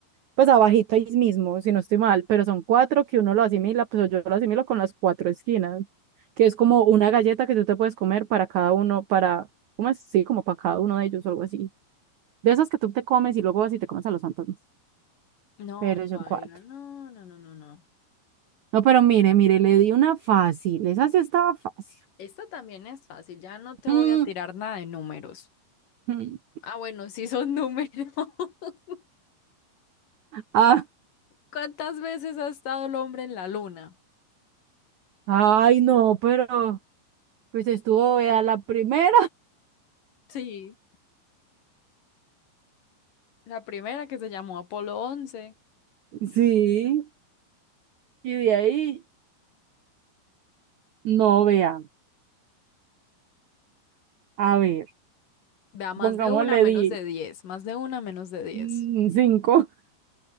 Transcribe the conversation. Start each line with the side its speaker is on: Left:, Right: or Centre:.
Right: pues abajito ahí mismo, si no estoy mal, pero son cuatro que uno lo asimila, pues yo lo asimilo con las cuatro esquinas, que es como una galleta que tú te puedes comer para cada uno, para, ¿cómo es? Sí, como para cada uno de ellos o algo así. De esas que tú te comes y luego vas y te comes a los fantasmas,
Left: No,
Right: pero son
Left: paila,
Right: cuatro.
Left: no, no, no, no, no.
Right: No, pero mire, mire, le di una fácil, esa sí estaba fácil.
Left: Esta también es fácil, ya no te
Right: Mm,
Left: voy a tirar nada de números.
Right: mm.
Left: Ah, bueno, sí son números. <laughs>
Right: Ah,
Left: ¿Cuántas veces ha estado el hombre en la luna?
Right: Ay, no, pero pues estuvo, vea, la primera.
Left: Sí, la primera que se llamó Apolo once.
Right: <laughs> sí. Y de ahí, no vea A ver,
Left: Vea, más
Right: pongámosle
Left: de una, menos
Right: di,
Left: de 10. Más de una, menos de 10.
Right: mm, cinco. <laughs>